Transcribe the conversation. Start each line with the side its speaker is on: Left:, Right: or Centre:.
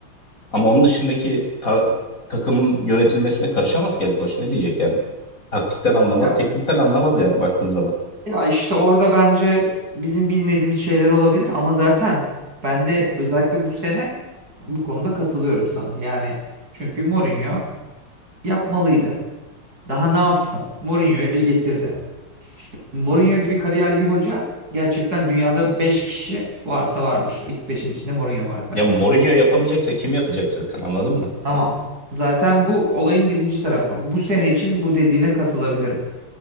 Left: Ama onun dışındaki ta- takımın yönetilmesine karışamaz ki Ali Koç. Ne diyecek yani? Taktikten anlamaz,
Right: Ya,
Left: teknikten anlamaz yani baktığın zaman.
Right: ya işte orada bence bizim bilmediğimiz şeyler olabilir ama zaten ben de özellikle bu sene bu konuda katılıyorum sana. Yani çünkü Mourinho yapmalıydı. Daha ne yapsın? Mourinho'yu getirdi. Mourinho gibi kariyerli bir hoca gerçekten dünyada 5 kişi varsa vardır. İlk beşin içinde Mourinho var zaten.
Left: Ya Mourinho yapamayacaksa kim yapacak zaten anladın mı?
Right: Tamam. Zaten bu olayın birinci tarafı. Bu sene için bu dediğine katılabilirim.